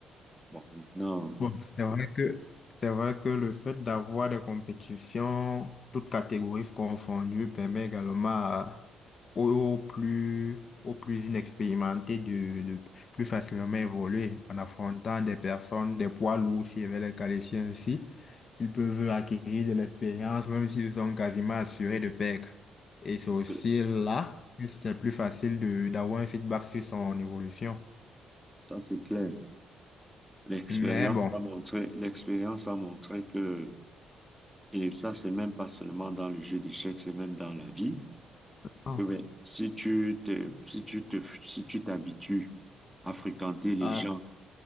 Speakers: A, in the centre; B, on the left (about 45°).
A: Bon, maintenant,
B: Bon, c'est vrai que, c'est vrai que le fait d'avoir des compétitions, toutes catégories confondues, permet également à- aux, aux plus, aux plus inexpérimentés de, de plus facilement évoluer en affrontant des personnes, des poids lourds, si je vais les qualifier ainsi. Ils peuvent acquérir de l'expérience, même s'ils sont quasiment assurés de perdre. Et c'est
A: que-
B: aussi là que c'est plus facile de, d'avoir un feedback sur son évolution.
A: ça c'est clair. L'expérience
B: Mais bon.
A: a montré, l'expérience a montré que, et ça c'est même pas seulement dans le jeu d'échecs, c'est même dans la vie.
B: Ah,
A: Eh ben si tu te, si tu te, si tu t'habitues à fréquenter les
B: ah,
A: gens,